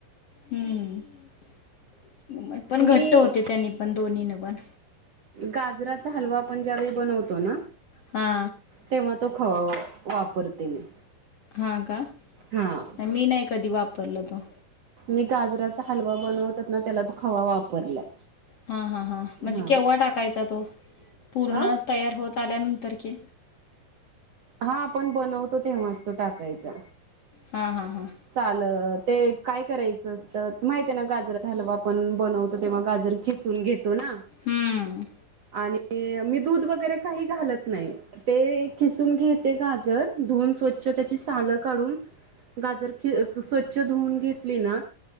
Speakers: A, on the left; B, on the right.
A: हम्म म त्याने पण घट्ट
B: मी
A: होते त्यांनी पण दोन्ही न पण.
B: गाजराचा हलवा आपण ज्यावेळी बनवतो ना.
A: हा.
B: तेव्हा तो खवा वापरते मी.
A: हा का.
B: हा.
A: मी नाही कधी वापरला तो.
B: मी गाजराचा हलवा बनवतात ना त्याला खवा वापरलाय.
A: हा हा हां म्हणजे
B: हा
A: केव्हा टाकायचा तो पूर्ण
B: हा
A: तयार होत आल्यानंतर की
B: हा आपण बनवतो तेव्हाच तो टाकायचा.
A: हा हा हा.
B: चाल ते काय करायचं असतं माहित आहे ना गजराचा हलवा आपण बनवतो तेव्हा गाजर. खिसून घेतो ना.
A: हम्म.
B: आणि मी दूध वगैरे काही घालत नाही. ते खिसून घेते गाजर धुून स्वच्छ त्याची सालं काढून. गाजर स्वच्छ धुवून घेतली ना